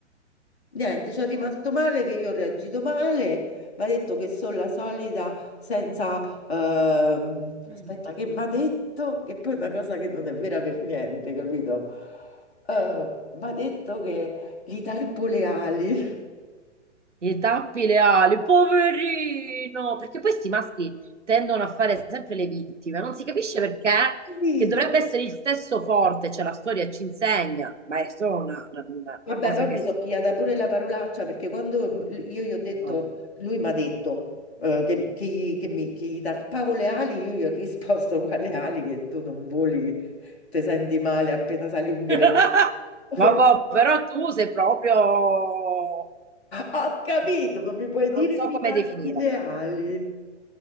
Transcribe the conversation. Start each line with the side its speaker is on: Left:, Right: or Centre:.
Left: Niente, ci è rimasto male che io ho reagito male, mi ha detto che sono la solita senza... ehm,
Right: Mm.
Left: aspetta, che mi ha detto? Che poi è una cosa che non è vera per niente, capito? Eh, mi ha detto che gli tarpo le ali. <laughs>
Right: Gli tappi le ali, poverino! Perché poi questi maschi tendono a fare sempre le vittime, non si capisce perché,
Left: Capito?
Right: che dovrebbe essere il stesso forte, cioè la storia ci insegna, ma è solo una, una- una-
Left: Vabbè,
Right: una cosa
Left: poi
Right: che...
Left: mi
Right: s-
Left: sono pigliata pure la parolaccia perché quando m- io gli ho detto,
Right: No, vabbè.
Left: lui mi ha detto eh, che, che gli, che mi- che gli tarpavo le ali, io gli ho risposto quale ali che tu non voli, che ti senti male appena sali un gradino.
Right: <laughs>
Left: <laughs>
Right: Vabbè, però tu sei proprio...
Left: Ho capito,
Right: eh,
Left: ma mi puoi
Right: Non
Left: dire
Right: so
Left: che mi
Right: come
Left: tarpi
Right: definire.
Left: le ali?
Right: Mm.